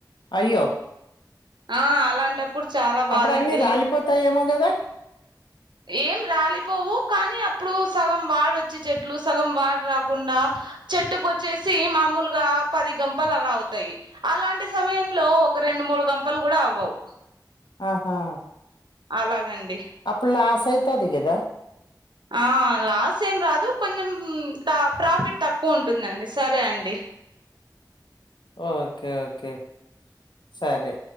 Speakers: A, on the left; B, on the right.
A: అయ్యో
B: ఆ అలాంటప్పుడు చాలా బాదండి
A: అప్పుడు అన్ని రాలిపోతాయేమో కదా
B: ఏం రాలే పోవు కానీ అప్పుడు సగం వాడొచ్చి చెట్లు సగం వాడు రాకుండా చెట్టుకొచ్చేసి మామూలుగా పది గంపలు అలా అవుతాయి అలాంటి సమయంలో ఒక రెండు మూడు గంపలు కూడా అవ్వవు
A: ఆహా
B: అలాగండి
A: అప్పుడు లాస్ అయితది కదా
B: ఆ లాస్ ఏం రాదు కొంచెం ప్రాఫిట్ తక్కువ ఉంటుందండి సరే అండి
A: ఓకే ఓకే సరే